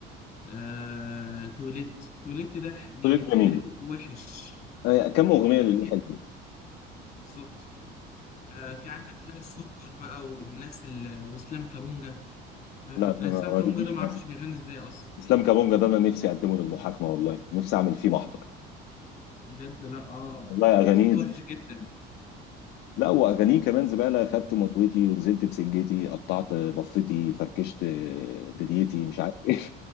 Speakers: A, on the left; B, on the left.
A: آه توليت توليت ده ح- يعني
B: كلهم جميل
A: حلو ووحش
B: آه، كم اغنيه
A: ع-
B: اللي
A: في
B: حلوين
A: بالظبط آه في عندك خالد سكر بقى والناس ال- واسلام كابونجا فاهم
B: لا ما
A: انا اسلام
B: ما
A: كابونجا
B: بيجيش
A: ده ما اعرفش
B: مع
A: بيغني ازاي اصلا
B: اسلام كابونجا ده انا نفسي اقدمه للمحاكمه والله نفسي اعمل فيه محضر
A: بجد لا اه
B: والله اغانيه
A: صوت وحش
B: ز-
A: جدا <laughs>
B: لا واغانيه كمان زباله خدت مطويتي ونزلت بسجتي قطعت بفتي فركشت دنيتي مش عارف ايه